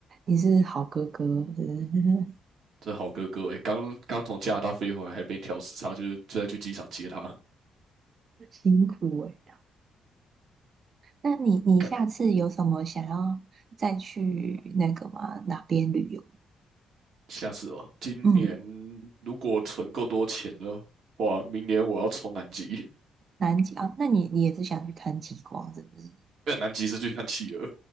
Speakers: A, on the right (about 50°); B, on the right (about 70°).
A: 你是好哥哥，真是
B: 这好哥哥哎，刚刚从加拿大飞回来，还被调时差，就是就在去机场接他。
A: <laughs> 辛苦哎、那你你下次有什么想要再去那个吗？
B: 干，
A: 哪边旅游？
B: 下次哦，今年
A: 嗯，
B: 如果存够多钱的话，明年我要冲南极。
A: 南极啊，那你你也是想去看极光是不是？
B: 呃，南极是去看企鹅，